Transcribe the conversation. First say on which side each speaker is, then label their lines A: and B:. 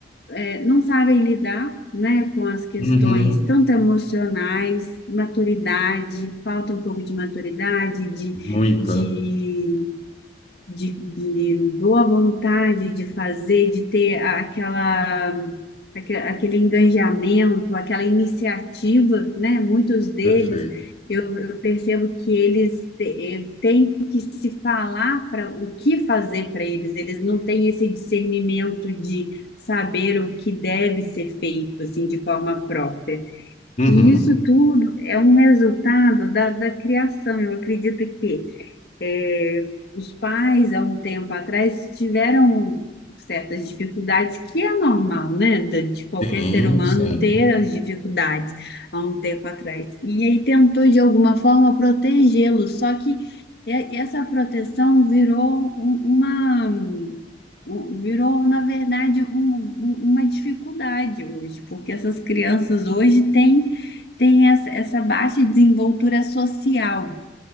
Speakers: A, on the left; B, on the left.
A: é, não sabem lidar, né, com as questões
B: Uhum.
A: tanto emocionais, maturidade, falta um pouco de maturidade, de,
B: Muita.
A: de de, de boa vontade de fazer, de ter aquela, aque- aquele engajamento, aquela iniciativa, né? Muitos deles,
B: Perfeito.
A: eu, eu percebo que eles te- eh, têm que se falar para o que fazer para eles, eles não têm esse discernimento de saber o que deve ser feito, assim, de forma própria.
B: Uhum.
A: E isso tudo é um resultado da, da criação. Eu acredito que é, os pais, há um tempo atrás, tiveram certas dificuldades, que é normal, né? De de qualquer
B: Sim,
A: ser humano
B: sim.
A: ter as dificuldades há um tempo atrás. E aí tentou, de alguma forma, protegê-lo, só que é- essa proteção virou um- uma. um- Virou, na verdade, um- um- uma dificuldade hoje, porque essas crianças hoje têm, têm essa, essa baixa desenvoltura social.